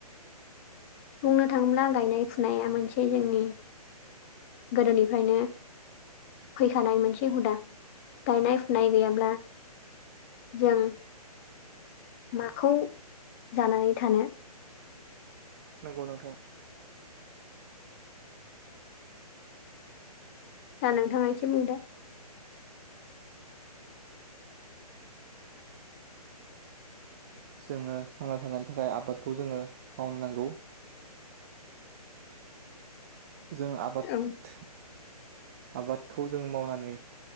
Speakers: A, on the left; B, on the right.
A: बुंनो थाङोब्ला गायनाय फुनाया मोनसे जोंनि गोदोनिफ्रायनो फैखानाय मोनसे हुदा गायनाय फुनाय गैयाब्ला जों माखौ जानानै थानो
B: नोंगौ नोंथां
A: दा नोंथाङा एसे बुंदो।
B: जोङो थांना थानायनि थाखाय आबादखौ जोङो मावनो नांगौ। जों आबाद
A: औ
B: आबादखौ जों मावनानै